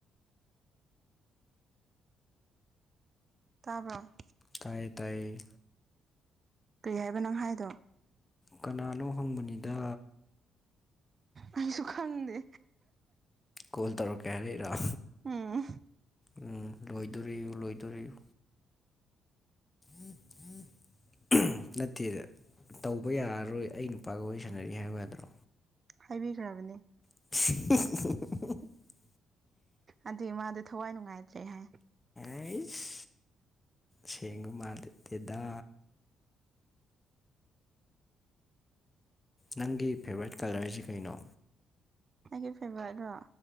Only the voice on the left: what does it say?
ꯇꯥꯢꯌꯦ ꯇꯥꯏꯌꯦ
ꯀꯅꯥꯅꯣ ꯍꯪꯕꯅꯤꯗ
ꯀꯣꯜ ꯇꯧꯔꯛꯀꯦ ꯍꯥꯏꯔꯛꯏꯔꯣ
ꯎꯝ ꯂꯣꯏꯗꯣꯔꯤꯎ ꯂꯣꯏꯗꯣꯔꯤꯎ ꯎꯝ ꯎꯝ <inaudible> ꯅꯠꯇꯦꯗ ꯇꯧꯕ ꯌꯥꯔꯔꯣꯏ ꯑꯩ ꯅꯨꯄꯥꯒ ꯋꯥꯔꯤ ꯁꯥꯟꯅꯔꯤ ꯍꯥꯏꯕ ꯌꯥꯗ꯭ꯔꯣ
<inaudible>
ꯑꯁ ꯁꯦꯡꯕ ꯃꯥꯂꯤꯇꯦꯗ ꯅꯪꯒꯤ ꯐꯦꯕꯣꯔꯥꯏꯠ ꯀꯂꯔꯁꯤ ꯀꯩꯅꯣ